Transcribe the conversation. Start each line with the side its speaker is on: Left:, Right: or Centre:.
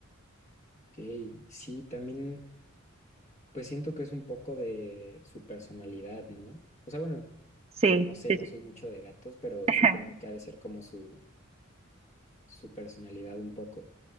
Left: Ok, sí, también, pues siento que es un poco de su personalidad, ¿no? O sea, bueno,
Right: Sí,
Left: no sé,
Right: sí,
Left: no
Right: sí.
Left: soy mucho de gatos, pero
Right: <laughs>
Left: supongo que ha de ser como su, su personalidad un poco.